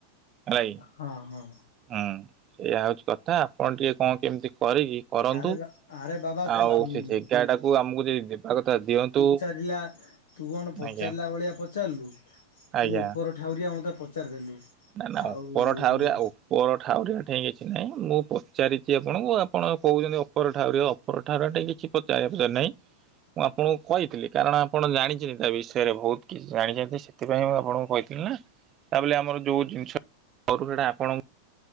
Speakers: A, on the right; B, on the left.
A: ହେଲାକି
B: ହଁ ହଁ
A: ହୁଁ ସେଇୟା ହଉଛି କଥା ଆପଣ ଟିକେ କଣ କେମିତି କରିକି କରନ୍ତୁ
B: ଆରେ ବା ଆରେ ବାବା ତୁ
A: ଆଉ
B: ଶୁଣୁ
A: ସେ ଜାଗା ଟାକୁ ଆମକୁ ଯଦି ଦେବା କଥା ଦିଅନ୍ତୁ
B: <unintelligible> ିଲା ତୁ କଣ ପଚାରିଲା
A: ଆଜ୍ଞା
B: ଭଳିଆ ପଚାରିଲୁ
A: ଆଜ୍ଞା।
B: ତୁ ଉପର ଠାଉଁରିଆ ମତେ ପଚାରିଦେଲୁ
A: ନା ନା
B: ଆଉ
A: ଉପର
B: ହଁ।
A: ଠାଉଁରିଆ ଉପର ଠାଉଁରିଆ କାଇଁ କିଛି ନାହିଁ ମୁଁ ପଚାରିଛି ଆପଣଙ୍କୁ ଆପଣ କହୁଛନ୍ତି ଉପର ଠାଉଁରିଆ ଉପରଟା କିଛି ପଚାରିବା ରଜାଇ <unintelligible> ମୁଁ ଆପଣଙ୍କୁ କହିଥିଲି କାରଣ ଆପଣ ଜାଣିଛନ୍ତି ତା ବିଷୟରେ ବହୁତ କିଛି ଜାଣିଛନ୍ତି ସେଥିପାଇଁ ମୁଁ ଆପଣଙ୍କୁ କହିଥିଲି। ତା ବଲେ ଆମର ଯୋଉ ଜିନିଷ ସେଇଟା ଆପଣ